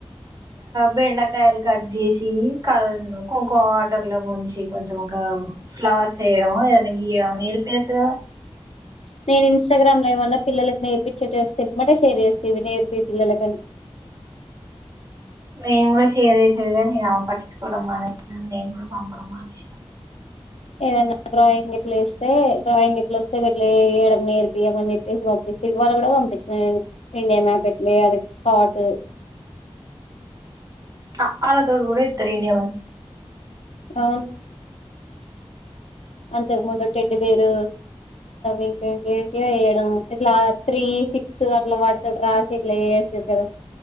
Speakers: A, on the right; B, on the left.
A: బెండకాయలు కట్ చేసి క కొంకో వాటర్ లో ముంచి కొంచెం ఇంకా ఫ్లవర్స్ వేయడం ఏదనా గీయడం నేర్పియచు కదా
B: నేను ఇన్స్టాగ్రామ్ లో ఏమన్నా పిల్లలలకు నేర్పచ్చేట్ వస్తేమాటే షేర్ చేస్తేవి నేర్పి పిల్లలకని
A: నేను కూడా చేరే సరిగా నేను పట్టించుకోవడం మానేసాను నేను కూడా పంపడం మానేసినా
B: ఏదన్నా డ్రాయింగ్ ఎట్లా ఇస్తే డ్రాయింగ్ ఎట్లా వస్తే వేయడం నేర్పియమని చెప్పేసి పంపిస్తే ఇవాళ కూడా పంపించిన నేను ఇండియా మ్యాప్ ఎట్ల వేయాలి కాట్
A: ఆ ఆ ల తోడు కూడా అయితలేదు
B: అవును అంతకు ముందు టెడి పేరు ఇంకేంటి వేయడం ఇట్లా త్రీ సిక్స్ అట్లా వాడతాడు రాసి ఇట్లా వేసిరు కదా